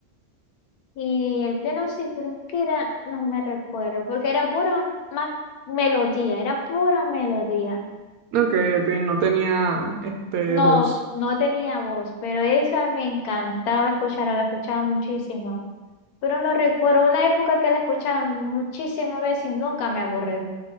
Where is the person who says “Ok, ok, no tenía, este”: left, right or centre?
Right